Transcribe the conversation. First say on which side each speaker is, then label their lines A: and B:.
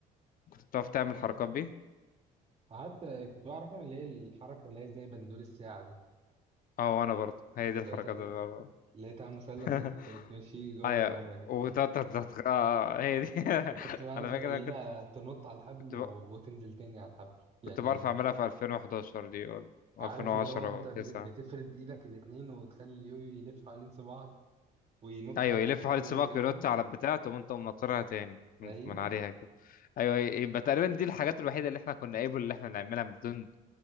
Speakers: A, on the left; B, on the right.
A: كنت بتعرف تعمل حركات بيه
B: قعدت كنت بعرف اعمل اللي هي الحركه اللي هي زي بندول الساعه دي
A: اه وانا برضه هي دي
B: اللي
A: الحركات
B: هو تعمل
A: اللي بعملها.
B: اللي هي تعمل مثلث
A: <laughs>
B: وت... وتمشيه جوه
A: ايوه
B: وبره كده
A: وتقعد
B: <laughs>
A: تت- اه آه، هي دي <laughs>
B: وكنت بعرف
A: انا فاكر
B: اخليها
A: انا كنت
B: تنط على الحبل
A: كنت ب...
B: و... وتنزل تاني على الحبل يعني
A: كنت بعرف اعملها في 2011 دي ولا
B: عارف
A: 2010
B: اللي هو انت بت...
A: و9
B: بتفرد ايدك الاتنين وتخلي اليويو يلف حوالين صباعك وينط
A: ايوه
B: على
A: يلف
B: الحبل
A: حوالي سباق
B: ويرجع تاني
A: وينط على البتاع تقوم انت منطرها تاني من
B: ايوه
A: من عليها كده ايوه يبقى تقريبا دي الحاجات الوحيده اللي احنا كنا قابل اللي احنا نعملها بدون